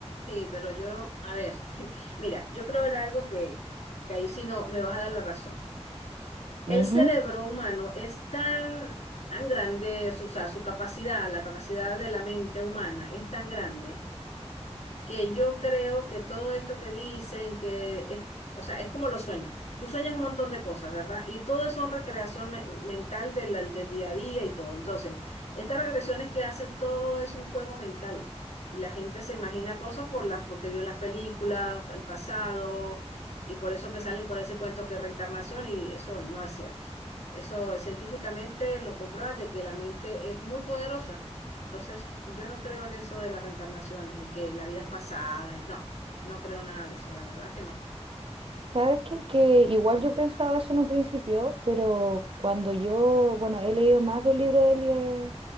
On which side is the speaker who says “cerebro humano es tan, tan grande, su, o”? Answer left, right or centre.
Left